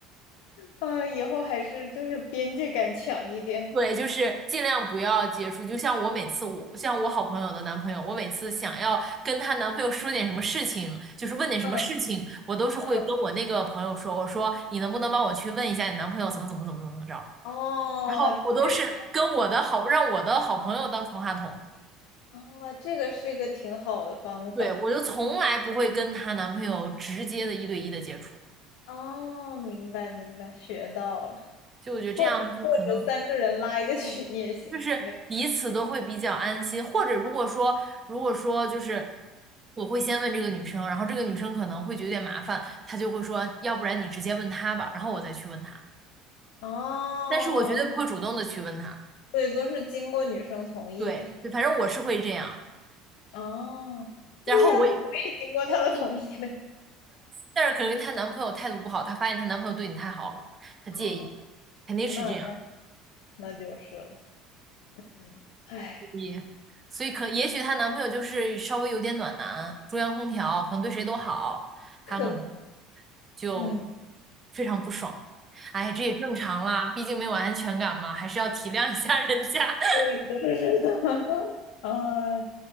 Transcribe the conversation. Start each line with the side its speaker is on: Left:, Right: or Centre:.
Left: 啊，以后还是就是边界感强一点。
Right: 对，就是尽量不要接触。就像我每次我，像我好朋友的男朋友，我每次想要跟她男朋友说点什么事情，就是问点什么事情，
Left: 嗯
Right: 我都是会跟我那个朋友说，
Left: 嗯，
Right: 我说你能不能帮我去问一下你男朋友怎么怎么怎么怎么着？
Left: 哦，
Right: 然后我都是跟我的好，
Left: 确实，
Right: 让我的好朋友当传话筒。
Left: 哦，这个是一个挺好的方法。
Right: 对，我就从来不会跟她男朋友直接的一对一的接触，
Left: 哦，明白明白，学到了。
Right: 就我觉得这样就可能。
Left: 或者或者三个人拉一个群也行，
Right: 就是彼此都会比较安心，
Left: 那个。
Right: 或者如果说，如果说就是我会先问这个女生，然后这个女生可能会觉得有点麻烦，她就会说，要不然你直接问她吧，然后我再去问她。
Left: 哦，
Right: 但是我绝对不会主动的去问她，
Left: 对，都是经过女生同意。
Right: 对对，反正我是会这样。
Left: 哦，
Right: 然后我也，
Left: 对呀，那我也经过她的同意了。
Right: 但是可能她男朋友态度不好，她发现她男朋友对你太好了，她介意，
Left: 哦，
Right: 肯定是这样。
Left: 那那那就是了。嗯，唉，
Right: 也，所以可也许她男朋友就是稍微有点暖男，中央空调，可能对谁都好，
Left: 可能，
Right: 她可能。就
Left: 嗯。
Right: 非常不爽。哎，这也正常啦，毕竟没有安全感嘛，还是要体谅一下人家。<laughs>
Left: 对的，是的，<laughs> 呃，